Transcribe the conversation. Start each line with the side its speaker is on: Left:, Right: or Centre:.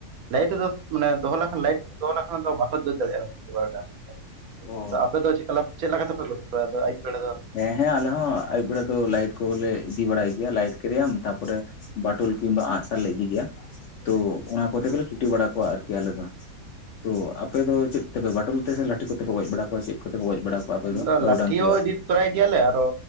Right: ᱞᱟᱭᱤᱴ ᱫᱚ ᱢᱟᱱᱮ ᱫᱚᱦᱚ ᱞᱮᱠᱷᱟᱱ ᱞᱟᱭᱤᱴ ᱫᱚᱦᱚ ᱞᱮᱠᱷᱟᱱ ᱫᱚ ᱵᱟᱠᱚ ᱫᱟᱲᱨ ᱫᱟᱲᱮᱭᱟᱜᱼᱟ ᱵᱟᱨᱩᱰᱟᱝ ᱟᱫᱚ
Left: ᱚ
Right: ᱟᱯᱮ ᱫᱚ ᱪᱮᱫ ᱪᱮᱫ ᱞᱮᱠᱟᱛᱮᱯᱮ ᱜᱚᱡ ᱠᱚᱣᱟ ᱟᱫᱚ ᱵᱮᱲᱟ ᱫᱚ ᱟᱯᱮ
Left: ᱦᱮᱸ ᱦᱮᱸ ᱟᱞᱮ ᱦᱚᱸ ᱟᱭᱩᱵ ᱵᱮᱲᱟ ᱫᱚ ᱞᱟᱭᱤᱴ ᱠᱚᱞᱮ ᱤᱫᱤ ᱵᱟᱲᱟᱭ ᱜᱮᱭᱟ ᱞᱟᱭᱤᱴ ᱠᱮᱫᱮᱭᱟᱢ ᱛᱟᱯᱚᱨᱮ ᱵᱟᱴᱳᱞ ᱠᱤᱢᱵᱟ ᱟᱸᱜᱥᱟᱨ ᱞᱮ ᱤᱫᱤ ᱜᱮᱭᱟ ᱛᱚ ᱚᱱᱟ ᱠᱚᱛᱮ ᱜᱮᱞᱮ ᱪᱷᱩᱴᱤ ᱵᱟᱲᱟ ᱠᱚᱣᱟ ᱟᱨᱠᱤ ᱟᱞᱮ ᱫᱚ ᱛᱚ ᱟᱯᱮ ᱫᱚ ᱪᱮᱫ ᱛᱮᱯᱮ ᱵᱟᱴᱚᱞ ᱛᱮ ᱥᱮ ᱞᱟᱹᱴᱷᱤ ᱠᱚᱛᱮᱯᱮ ᱜᱚᱡ ᱵᱟᱲᱟ ᱠᱚᱣᱟ ᱪᱮᱫ ᱠᱚᱛᱮ ᱯᱮ ᱜᱚᱡ ᱵᱟᱲᱟ ᱠᱚᱣᱟ ᱟᱯᱮ
Right: ᱟᱫᱚ
Left: ᱫᱚ ᱵᱟᱹᱨᱩᱰᱟᱝ
Right: ᱞᱟᱴᱷᱤ
Left: ᱠᱚ
Right: ᱦᱚᱸ
Left: ᱵᱟᱝ
Right: ᱤᱫᱤ ᱛᱚᱨᱟᱭ ᱜᱮᱭᱟᱞᱮ ᱟᱨᱚ